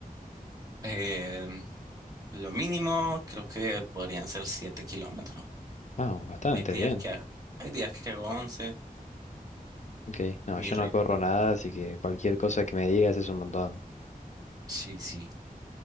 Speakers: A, on the right; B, on the left.
A: Eh, lo mínimo creo que podrían ser 7 kilómetros.
B: Ah, bastante,
A: Hay días
B: bien.
A: que, ha- hay días que hago once
B: Ok. No,
A: Mi
B: yo
A: re-
B: no corro nada, así que cualquier cosa que me digas es un montón.
A: sí, sí.